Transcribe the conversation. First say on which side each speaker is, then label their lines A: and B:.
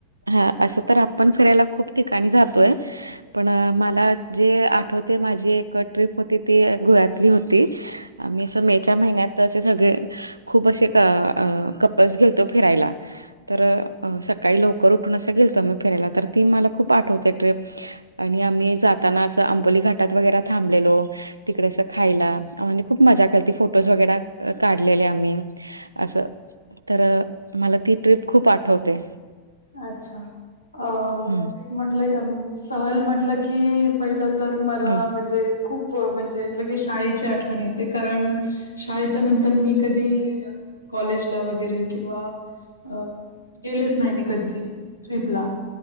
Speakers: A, on the right; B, on the left.
A: हा,, असं तर आपण फिरायला खूप ठिकाणी जातोय. पण,, मला जे आठवतेय, माझी एक ट्र्रीप होती ती गोव्यातली होती. आम्ही असं मे च्या महिन्याते सगळेऽ खूप असे कपल्स गेलतो फिरायला. तर,, सकाळी लवकर उठून असं गेलतो आमी फिरायला,, तर ती मला खूप आठवतेय ट्रिप. आणि आम्ही जाताना, असं अंबोली घाटात वगैरे थांबलेलो. तिकडे असं खायला, म्हजे खूप मजा केलती, फोटोज वगैर काढऽ काडलेले आम्ही,, असं तर मला ती ट्रिप खूप आठवते.
B: अच्छा,, अ
A: हम्म
B: ट्रिप म्हटलं,, सहल म्हटलं कीऽ पहिलं तर मला,
A: ह
B: म्हणजे, खूप, म्हणजे ल की शाळेची आठवण येते कारणऽ शाळेच्या नंतर मी कधी,, कॉलेजला वगैरे किंवाऽ अ गेलेच नाही मी कधी. ट्रीपला